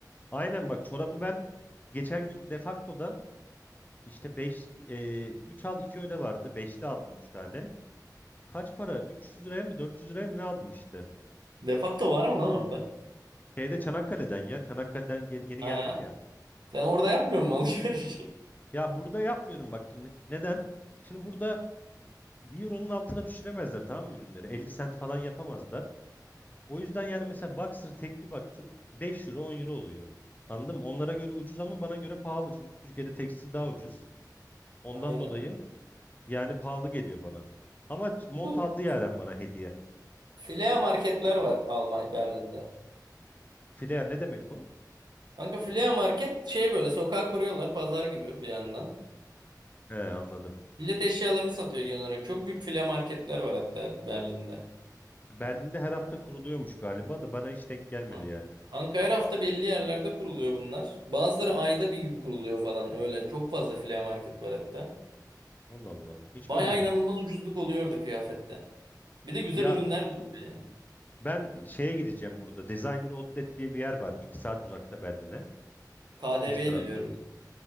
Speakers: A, on the left (about 25°); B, on the right (about 85°).
A: Aynen bak çorabı ben geçen gün Defakto'dan işte 5 3 al 2 öde vardı. 5'li aldım 3 tane. Kaç para? 300 liraya mı 400 liraya mı ne aldım işte.
B: Defakto var mı lan orada?
A: Şeyde Çanakkale'den ya. Çanakkale'den gel- yeni
B: Ha,
A: geldim ya.
B: sen orada yapmıyor musun alışverişi?
A: Ya burada yapmıyorum bak şimdi. Neden? Şimdi burada e, bir euronun altına düşüremezler tamam mı ürünleri? 50 sent falan yapamazlar. O yüzden yani mesela Boxer tekli Boxer 5 euro 10 euro oluyor. Anladın mı? Onlara göre ucuz ama bana göre pahalı. Çünkü Türkiye'de tekstil daha ucuz. Ondan
B: <laughs> Aynen.
A: dolayı Yani pahalı geliyor bana. Ama mont
B: Bu
A: aldı Yaren bana hediye.
B: Flea marketler var Almanya Berlin'de.
A: Flair ne demek o?
B: Kanka Flea market şey böyle sokağa kuruyorlar pazar gibi bir yandan.
A: He anladım.
B: Millet eşyalarını satıyor genel olarak. Çok büyük Flea marketler var hatta Berlin'de.
A: Berlin'de her hafta kuruluyormuş galiba da bana hiç denk gelmedi
B: Hı.
A: yani.
B: Kanka her hafta belli yerlerde kuruluyor bunlar. Bazıları ayda bir gün kuruluyor falan öyle. Çok fazla Flea market var hatta.
A: Allah Allah. Hiç
B: Baya
A: görmedim.
B: inanılmaz ucuzluk oluyordu kıyafette. Bir de güzel
A: Ya
B: ürünler de oluyor yani.
A: ben şeye gideceğim burada. Designer Outlet diye bir yer var. iki saat uzakta Berlin'e.
B: KDV'yi
A: Dış tarafta.
B: biliyorum. ben.